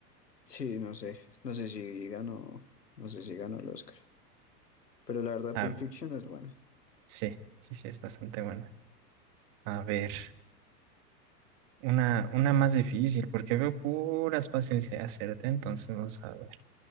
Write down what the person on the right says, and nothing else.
Ah,
sí, sí, sí, es bastante buena. A ver. Una, una más difícil, porque veo puras fáciles de hacerte, entonces vamos a ver.